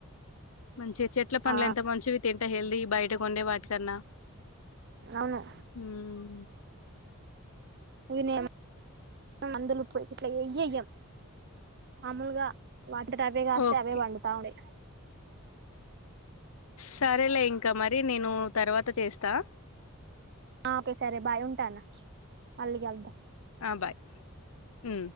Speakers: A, on the left (about 75°); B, on the right (about 50°).
A: మంచిగా చెట్ల పండ్లు
B: ఆ
A: ఎంత మంచివి తింటే హెల్దీ బయటకు ఉండే వాటికన్నా
B: అవును
A: ఉహు
B: పోయినయ మందులు పోయి ఇట్లా ఏయ్ ఏయ్యాము మాములుగా వాటంతట అవే కాస్తాయి
A: ఓకే
B: అవే వండుతా ఉంటాయి
A: సరేలే ఇంకా మరి నేను తర్వాత చేస్తా
B: ఆ ఓకే సరే బాయ్ ఉంటనా మళ్ళీ కలుదాం
A: ఆ బాయ్ ఉ